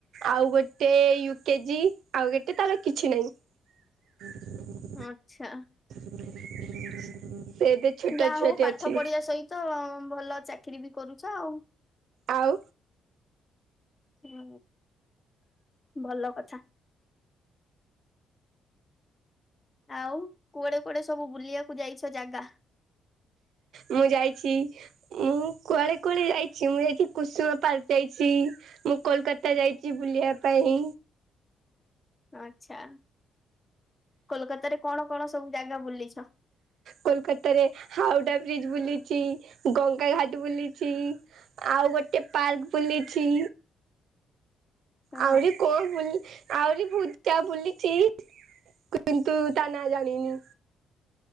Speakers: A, on the right; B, on the left.
A: ଆଉ ଗୋଟେ ୟୁ କେଜି ଆଉ ଗୋଟେ ତାର କିଛି ନହିଁ। <unintelligible>
B: ଆଛା।
A: <unintelligible>
B: ଯାହା
A: ଛୁଆଟେ
B: ହଉ ପାଠ
A: ଅଛି
B: ପଢିବା ସହିତ ଭଲ ଚାକିରୀ ବି କରୁଛ ଆଉ।
A: ଆଉ।
B: ହ ଭଲ କଥା। ଆଉ କୁଆଡେ କୁଆଡେ ସବୁ ବୁଲିବାକୁ ଯାଇଛ ଜାଗା?
A: ମୁଁ ଯାଇଛି ମୁଁ କୁଆଡେ କୁଆଡେ ଯାଇଛି ମୁଁ ଯାଇଛିି କୁସୁମା ପାର୍କ ଯାଇଛି। ମୁଁ କୋଲକାତା ଯାଇଛି ବୁଲିବା ପାଇଁ।
B: ଆଚ୍ଛା, କୋଲକତାରେ କଣ କଣ ସବୁ ଜାଗା ବୁଲିଛ?
A: କୋଲକତାରେ ହାଉଡା ବ୍ରିଜ ବୁଲିଚି, ଗଙ୍ଗା ଘାଟ ବୁଲିଚି। ଆଉ ଗୋଟେ ପାର୍କ ବୁଲିଛି।
B: ହଁ
A: ଆହୁରି କଣ ବୁଲି ଆଉରି ବୁ ଯା ବୁଲିଚି କିନ୍ତୁ ତା ନାଁ ଜାଣିନି।